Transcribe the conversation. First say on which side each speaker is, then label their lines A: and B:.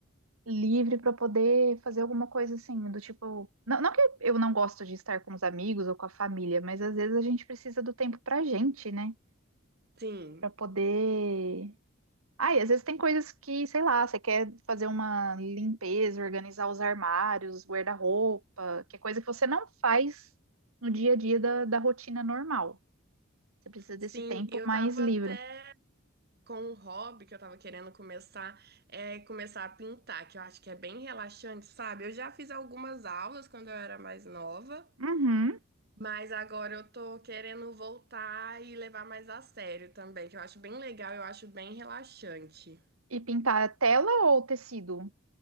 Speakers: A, on the right (about 80°); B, on the right (about 45°).
A: livre pra poder fazer alguma coisa assim, do tipo... Não, não que eu não gosto de estar com os amigos ou com a família, mas às vezes a gente precisa do tempo pra gente, né?
B: Sim.
A: Pra poder Ai, às vezes tem coisas que, sei lá, você quer fazer uma limpeza, organizar os armários, guarda-roupa, que é coisa que você não faz no dia a dia da, da rotina normal. Você precisa desse
B: Sim,
A: tempo
B: eu
A: mais
B: tava
A: livre.
B: até com um hobby que eu tava querendo começar, é começar a pintar, que eu acho que é bem relaxante, sabe? Eu já fiz algumas aulas quando eu era mais nova,
A: Uhum.
B: Mas agora eu tô querendo voltar e levar mais a sério também, que eu acho bem legal, eu acho bem relaxante.
A: E pintar tela ou tecido?